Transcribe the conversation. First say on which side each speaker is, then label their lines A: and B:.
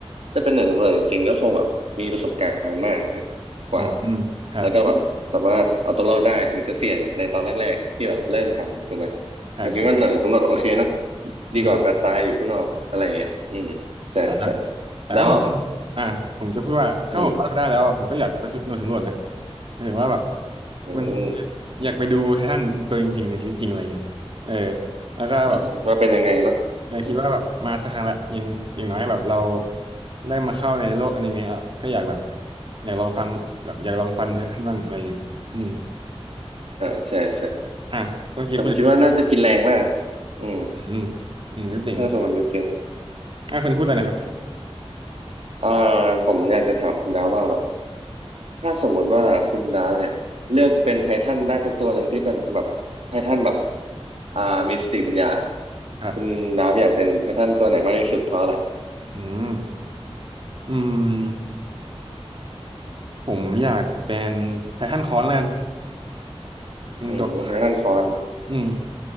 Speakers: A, on the right; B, on the right.
A: ถ้าเป็นหน่วยสำรวจจริงๆก็คงแบบมีประสบการณ์มากกว่า
B: อืมอืมครับ
A: แล้วก็แบบสามารถเอาตัวรอดได้ถึงจะเสี่ยงในตอนแรกๆที่แบบเริ่มทำถูกไหม
B: ใช่ใช่
A: แต่พี่ว่าหน่วยสำรวจโอเคนะ
B: อืม
A: ดีกว่าแบบตายอยู่ข้างนอกอะไรเงี้ยอืม ใช่ใช่
B: อ่ะแต่วาผมอ่าผมจะพูดว่าถ้าผมรอดมาได้แล้วอะผมก็อยากไปสำหน่วยสำรวจนะ
A: แล้วอืม
B: หมายถึงว่าแบบ
A: อืม
B: มันอยากไปดูไททันตัวจริงๆในชีวิตจริงอะไรเงี้ยเออแล้วก็แบบ
A: อืมว่าเป็นยังไงเนาะ
B: เออคิดว่าแบบมาสักครั้งละอยังอย่างน้อยแบบเรา
A: อืม
B: ได้มาเข้าในโลกอนิเมะอะก็อยากแบบอยากลองฟังแบบอยากลองฟังท่านบ้างอะไรเงี้ยอืม
A: อืมอ่าใช่ใช่
B: อ่ะเมื่อคิดคุณ
A: แต่ผมคิดว่าน่าจะกินแรงมากอืม
B: อืมอืมก็จริง
A: ถ้าสมมติจริง
B: อ่ะคุณพูดเลยนะครับ
A: ๆอ่าผมอยากจะถามคุณดาวว่าแบบถ้าสมมติว่าคุณดาวเนี่ยเลือกเป็นไททันได้สักตัวหนึ่งที่เป็นแบบไททันแบบอ่ามีสติปัญญา
B: ครับ
A: คุณดาวอยากเป็นไททันตัวไหนมากที่สุดเพราะอะไร
B: อืมอืมผมอยากเป็นไททันคอนแล้วกันมันจบ
A: อืมไททันฟอน
B: อืม